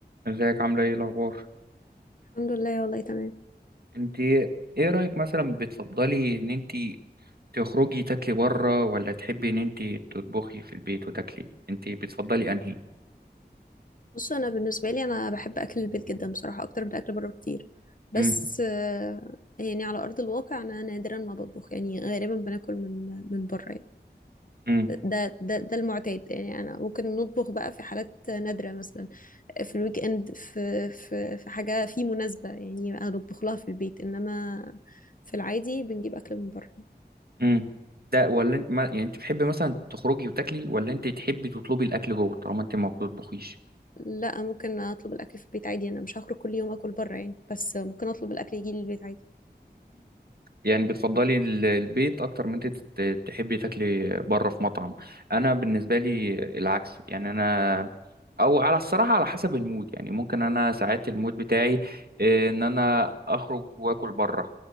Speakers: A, on the right (about 60°); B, on the left (about 50°).
A: ازيك عاملة ايه الأخبار؟
B: الحمد لله والله تمام
A: انت ايه رأيك مثلا بتفضلي ان انت تخرجي تاكلي بره ولا تحبي ان انت تطبخي في البيت وتاكلي؟ انت بتفضلي انهي؟
B: بص انا بالنسبه لي انا بحب اكل البيت جدا بصراحه اكتر من اكل بره كتير بس
A: امم
B: آه، يعني على ارض الواقع انا نادرا ما بطبخ يعني غالبا بناكل من من بره يعني.
A: امم
B: ده ده ده المعتاد يعني انا ممكن نطبخ بقى في حالات نادره مثلا في الويك اند في في في حاجه في مناسبه يعني انا بطبخ لها في البيت انما في العادي بنجيب اكل من بره
A: امم ده ولا انت ما يعني انت بتحبي مثلا تخرجي وتاكلي ولا انت تحبي تطلبي الأكل جوه طالما انت ما بتطبخيش؟
B: لا ممكن اطلب الاكل في البيت عادي انا مش هخرج كل يوم اكل بره يعني بس ممكن اطلب الاكل يجي لي البيت عادي
A: يعني بتفضلي ال- البيت اكتر من انت تت- تحبي تاكلي بره في مطعم انا بالنسبه لي العكس يعني انا او على الصراحه على حسب المود يعني ممكن انا ساعات المود بتاعي آه، ان انا اخرج واكل بره